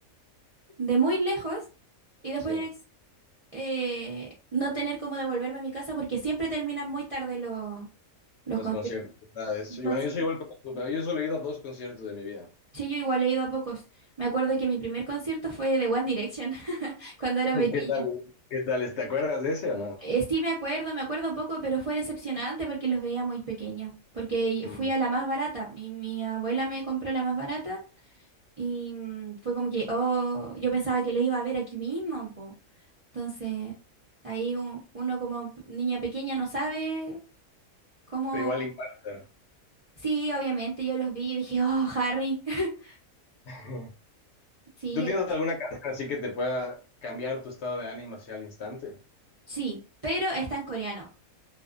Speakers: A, on the right; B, on the left.
A: de muy lejos y después
B: sí,
A: eh, no tener como devolverme a mi casa porque siempre terminan muy tarde los, los
B: los
A: conciertos.
B: conciertos. ¿verdad? Eso-
A: Entonces,
B: Y bueno, yo soy igual como tú, pero yo solo he ido a dos conciertos de mi vida.
A: sí, yo igual he ido a pocos. Me acuerdo que mi primer concierto fue de One Direction <laughs> cuando era
B: ¿Y
A: pequeña.
B: ¿Qué tal? ¿Qué tal? ¿Te acuerdas de ese o no?
A: Eh, sí, me acuerdo, me acuerdo poco, pero fue decepcionante porque los veía muy pequeños. Porque y-
B: Mm,
A: fui a la más barata. Mi, mi abuela me compró la más barata y mm, fue como que, oh, yo pensaba que lo iba a ver aquí mismo, po. Entonces, ahí u- uno como p- niña pequeña no sabe cómo.
B: Pero igual impacta.
A: Sí, obviamente yo los vi y dije, oh, Harry. <laughs>
B: <laughs>
A: Sí,
B: ¿Tú tienes
A: era-
B: alguna canción así que te pueda cambiar tu estado de ánimo hacia el instante?
A: sí, pero está en coreano,